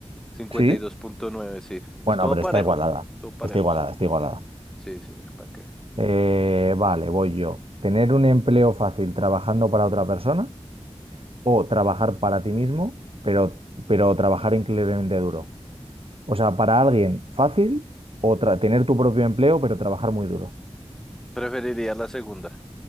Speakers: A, in the centre; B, on the right.
A: cincuenta
B: Sí.
A: y dos punto nueve sí. Es
B: Bueno,
A: todo
B: pero
A: parejo.
B: está igualada.
A: Todo parejo,
B: Está igualada,
A: sí.
B: está igualada.
A: Sí, sí, ¿para qué?
B: Eh, vale, voy yo. Tener un empleo fácil trabajando para otra persona o trabajar para ti mismo, pero, pero trabajar increíblemente duro. O sea, para alguien fácil o tra- tener tu propio empleo, pero trabajar muy duro.
A: Preferiría la segunda.